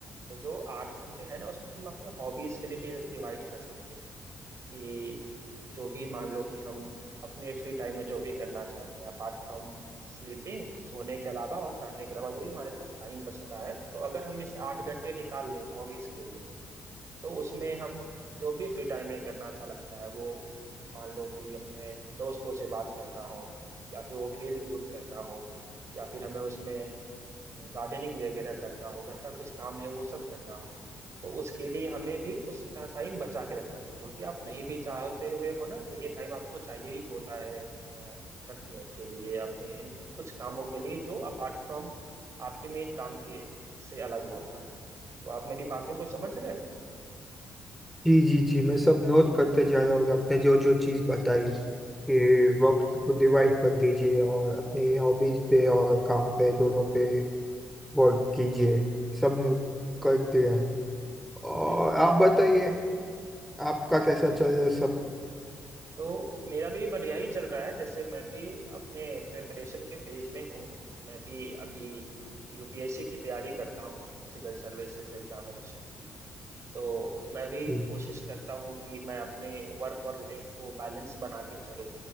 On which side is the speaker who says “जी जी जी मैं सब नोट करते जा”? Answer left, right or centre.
Centre